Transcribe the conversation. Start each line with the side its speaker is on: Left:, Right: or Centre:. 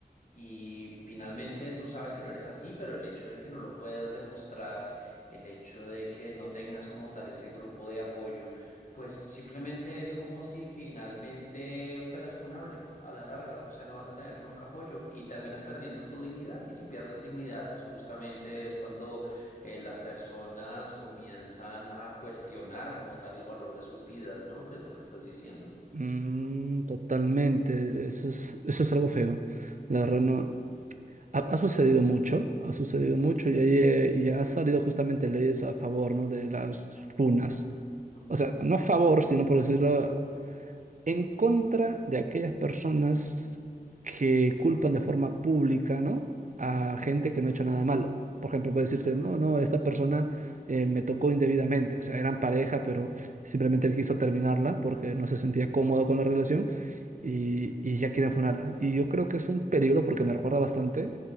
Left: y finalmente tú sabes que no eres así, pero el hecho de que no lo puedas demostrar, el hecho de que no tengas como tal ese grupo de apoyo Pues simplemente es como si finalmente fueras funable a la larga, o sea, no vas a tener nunca apoyo y terminas perdiendo tu dignidad y si pierdes dignidad, pues justamente es cuando eh, las personas comienzan a cuestionar como tal el valor de sus vidas, ¿no? ¿Qué es lo que estás diciendo?
Right: Mm, totalmente, eso es, eso es algo feo. La verdad no. Ha, ha sucedido mucho, ha sucedido mucho y ahí eh, y ha salido justamente leyes a favor, ¿no? de las funas.
Left: Ujú,
Right: O sea, no a favor, sino por decirlo, en contra de aquellas personas que culpan de forma pública, ¿no? A gente que no ha hecho nada malo. Por ejemplo, puede
Left: Exactamente.
Right: decirse, no, no, esta persona eh, me tocó indebidamente. O sea, eran pareja, pero simplemente él quiso terminarla porque no se sentía cómodo con la relación y, y ya quieren funarla. Y yo creo que es un peligro porque me recuerda bastante